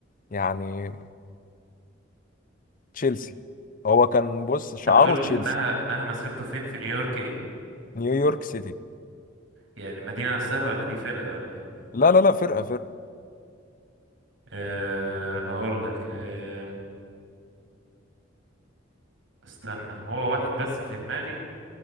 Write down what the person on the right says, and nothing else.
انت بتقول
انها انها مسيرته فين في نيويورك ايه
يعني المدينة نفسها ولا دي فرقة ولا ايه
أه هقول لك أه استنى هو واحد بس في دماغي